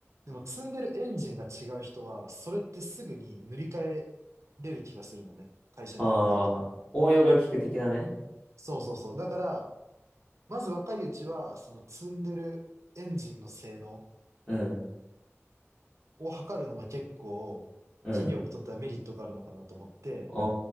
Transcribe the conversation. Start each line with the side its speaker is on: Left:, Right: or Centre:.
Right: でも積んでるエンジンが違う人は、それってすぐに塗り替えれる気がするのね。会社に入った後に。
Left: ああ。応用が効く的なね。
Right: そうそうそう。だから、まず若いうちは、その積んでるエンジンの性能
Left: うん。
Right: を測るのも結構、
Left: うん。
Right: 企業にとってはメリットがあるのかなと思って、
Left: あ